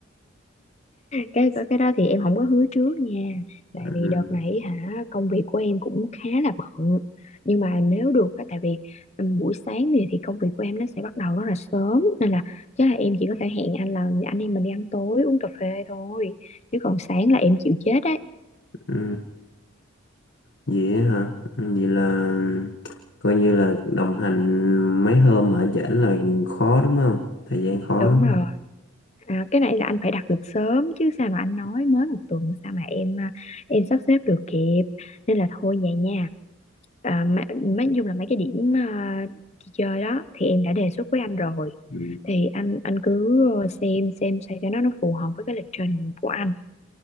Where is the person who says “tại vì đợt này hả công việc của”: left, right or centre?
Left